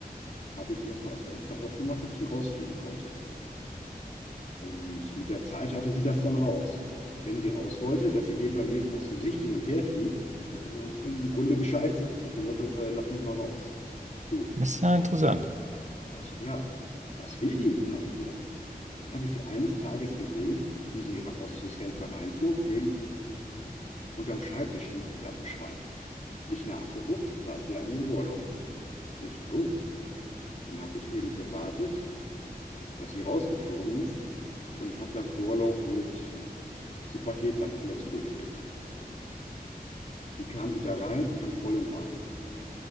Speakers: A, on the left; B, on the right.
A: Habe ich erstmal das Fenster aufgemacht, dass sie rausfliegen konnte. Und mit der Zeit hatte sie das dann raus. Wenn sie raus wollte, dass sie eben bei mir vors Gesicht hin und her fliegt dass, und, und im Grunde Bescheid sagt, nach dem Motto, äh, lass mich mal raus. Gut,
B: ist ja
A: ich mich
B: interessant.
A: gewundert. Was, ja, was will die immer hier? Dann habe ich sie eines Tages gesehen, wie sie ra- aus durchs Fenster reinflog, eben unterm Schreibtisch in, da verschwand. Ich nachgeguckt, saß sie ja in dem Bohrloch. Ich, oh, dann habe ich eben gewartet, dass sie rausgeflogen ist und habe das Bohrloch mit so Paketband alle zugeklebt. Die kam wieder rein und dann voll in Panik.